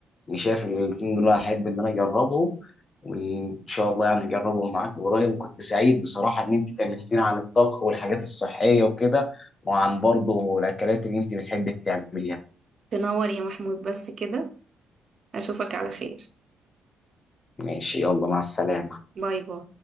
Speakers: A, on the left; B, on the right.
A: يعني شايف ان الاثنين دول هحب ان انا اجربهم وان شاء الله يعني اجربهم معاك قريب وكنت سعيد بصراحه ان انت كلمتيني عن الطبخ والحاجات الصحيه وكده وعن برضه الاكلات اللي انت بتحبي تعمليها
B: تنور يا محمود بس كده اشوفك على خير
A: ماشي يلا مع السلامه
B: باي باي